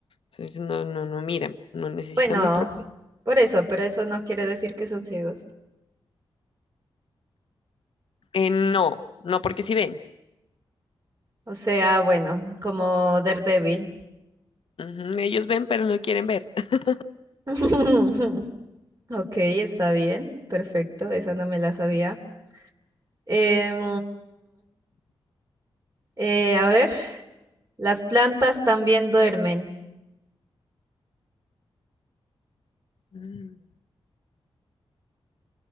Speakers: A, on the left (about 65°); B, on the right (about 35°).
A: Entonces no, no, no miran, no necesitan
B: Bueno,
A: ver, pero
B: por eso, pero eso no quiere decir que son ciegos.
A: eh, no, no porque sí ven.
B: O sea, bueno, como Daredevil.
A: Ujú, Ellos ven, pero no quieren ver. <laughs>
B: <laughs> Ok, está bien, perfecto, esa no me la sabía. Em, eh, a ver, las plantas también duermen.
A: Mm,